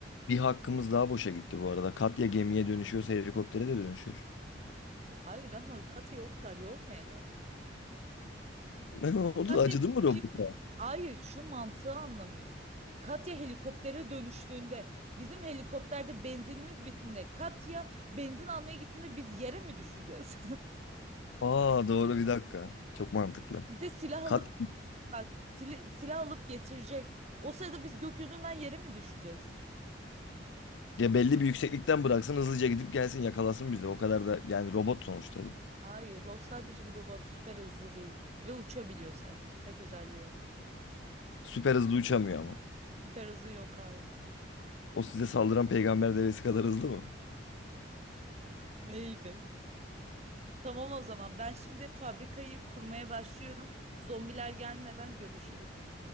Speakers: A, on the left; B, on the right.
A: Bir hakkımız daha boşa gitti bu arada. Katya gemiye dönüşüyorsa helikoptere de dönüşür. <laughs>
B: Hayır ama Katya'yı o kadar yormayalım.
A: Ne oldu?
B: Katya
A: Acıdı mı
B: şimdi
A: robota?
B: hayır şu mantığı anlamıyorsun. Katya helikoptere dönüştüğünde bizim helikopterde benzinimiz bittiğinde Katya benzin almaya gittiğinde biz yere mi düşeceğiz?
A: Aa doğru bir dakika. Çok mantıklı.
B: <laughs> Bize silah
A: Kat
B: alıp bak sili- silah alıp getirecek. O sırada biz gökyüzünden yere mi düşeceğiz?
A: ya belli bir yükseklikten bıraksın hızlıca gidip gelsin yakalasın bizi. O kadar da yani robot sonuçta bu.
B: Hayır, o sadece bir robot. Süper hızlı değil. Ve uçabiliyor sadece. Tek özelliği o.
A: Süper hızlı uçamıyor ama.
B: Süper hızı yok, hayır.
A: O size saldıran peygamber devesi kadar hızlı mı?
B: Maybe. Tamam o zaman. Ben şimdi fabrikayı kurmaya başlıyorum. Zombiler gelmeden görüşürüz.